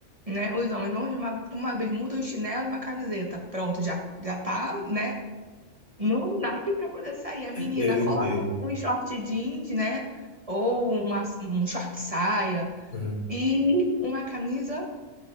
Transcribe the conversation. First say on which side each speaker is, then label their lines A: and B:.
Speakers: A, on the right; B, on the left.
A: né? Os homens vão de uma, com uma bermuda, um chinelo e uma camiseta. Pronto, já, já tá, né? No naipe para poder sair. A menina
B: Eu
A: coloca
B: entendo.
A: um, um short jeans, né? Ou uma, um short saia
B: Uhum.
A: e uma camisa.